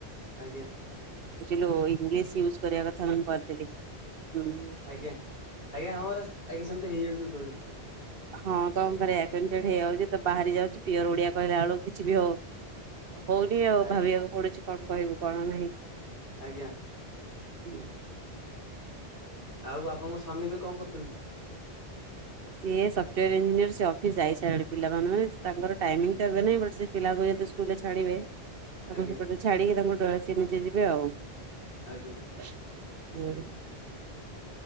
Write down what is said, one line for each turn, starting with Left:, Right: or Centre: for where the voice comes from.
Left: ଆଜ୍ଞା।
Right: ବୁଝିଲୁ ଇଂସି ୟୁଜ କରିବା କଥା ମୁଁ କରିଦଲି ଉଁ
Left: ଆଜ୍ଞା ଆଜ୍ଞା ହଁ ପରା ଆଜ୍ଞା ସେମତି ହେଇଯାଉଛି ଗୋଟେ ଗୋଟେ।
Right: ହଁ କଣ କରିଆ କେମି ଚ ହେଇଯାଉଛି ତ ବାହାରି ଯାଉଛି। ପିଓର ଓଡିଆ କହିଲା ବେଳକୁ କିଛି ବି ହଉ ହଉନି ଆଉ
Left: ଆଜ୍ଞା
Right: ଭାବିବାକୁ ପଡୁଛି କଣ କହିବୁ କଣ ନାହିଁ।
Left: ଆଜ୍ଞା।
Right: ହୁଁ।
Left: ଆଉ ଆପଣଙ୍କ ସ୍ୱାମୀ ଏବେ କଣ କରୁଛନ୍ତି।
Right: ସିଏ ସଫ୍ଟୱୟାର ଇଞ୍ଜିନିୟର ସେ ଅଫିସ ଯାଇ ସାରିବଣି। ପିଲାମାନେ ତାଙ୍କର ଟାଇମିଂ ଟା ଏବେ ନାଇ ପିଲାକୁ ଯଦି ସ୍କୁଲ ରେ ଛାଡିବେ? ତାକୁ
Left: ଆଜ୍ଞା
Right: ସେପଟେ ଛାଡିକି ତାଙ୍କୁ ଡ ସ ନିଜେ ଯିବେ ଆଉ
Left: ଆଜ୍ଞା
Right: ହୁଁ।